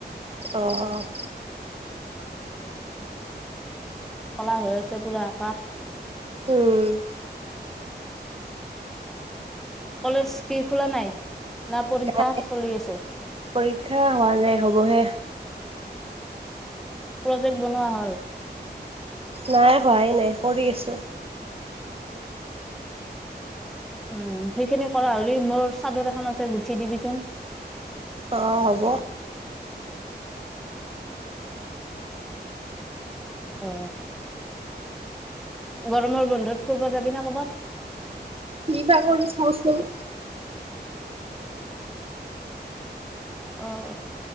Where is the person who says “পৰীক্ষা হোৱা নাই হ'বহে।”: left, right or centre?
Right